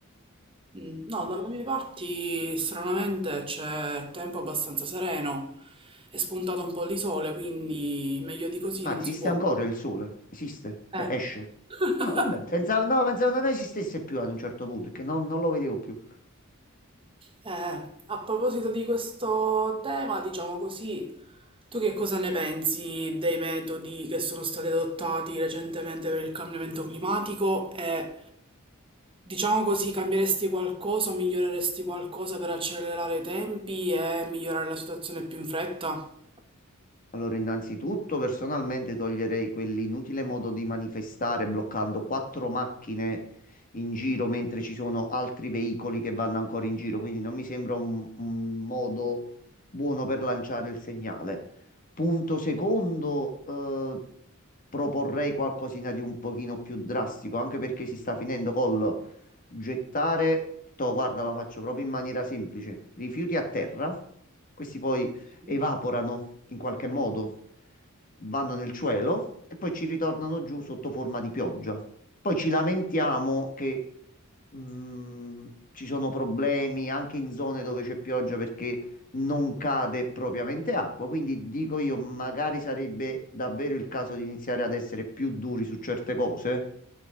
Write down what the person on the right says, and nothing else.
Mm, No, dalle mie parti stranamente c'è tempo abbastanza sereno, è spuntato un po' di sole, quindi meglio di così
non
si può.
Eh.
<laughs>
Eh, a proposito di questo tema, diciamo così, tu che cosa ne pensi dei metodi che sono stati adottati recentemente per il cambiamento climatico e Diciamo così, cambieresti qualcosa o miglioreresti qualcosa per accelerare i tempi e migliorare la situazione più in fretta?
Sì.